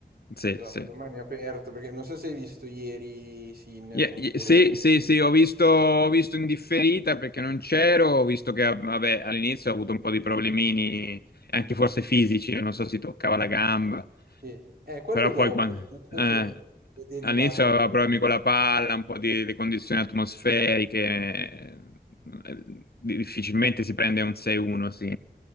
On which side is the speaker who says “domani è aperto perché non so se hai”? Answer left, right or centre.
Right